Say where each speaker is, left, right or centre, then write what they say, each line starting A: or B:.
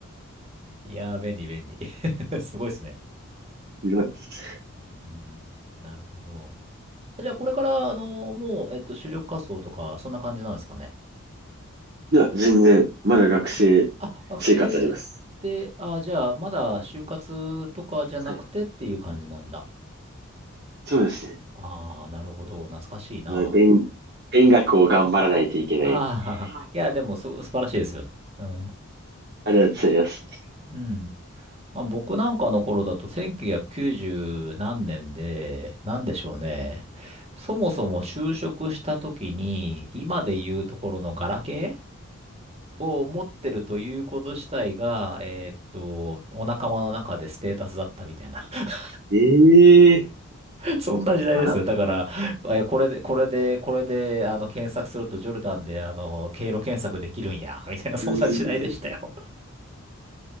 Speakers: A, on the right; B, on the right.
A: いやー、便利、便利。<laughs> すごいですね。
B: う。
A: うん、なるほど。じゃあ、これから、あの、もう、えっと、就職活動とか、そんな感じなんですかね。
B: いや、全然、まだ学生生活あります。
A: あ、あ、あ学生って、あ、じゃあ、まだ就活とかじゃなくてっていう感じなんだ。
B: はい。そうですね。
A: ああ、なるほど。懐かしいな。
B: まだ、勉、
A: <laughs>
B: 勉学を頑張らないといけない。
A: ああ、
B: あ
A: <laughs> いや、でも、そ、素晴らしいですよ。うん。
B: りがとうございます。
A: うん。まあ、僕なんかの頃だと、1990何年で、なんでしょうね。そもそも就職した時に、今で言うところのガラケーを持ってるということ自体が、えーっと、お仲間の中でステータスだったみたいな。<laughs>
B: ええ
A: そんな時代ですよ。
B: まだ、
A: だから、えこれで、これで、これで、あの、検索するとジョルダンで、あの、経路検索できるんや、みたいな、そんな時代でしたよ。
B: うーん。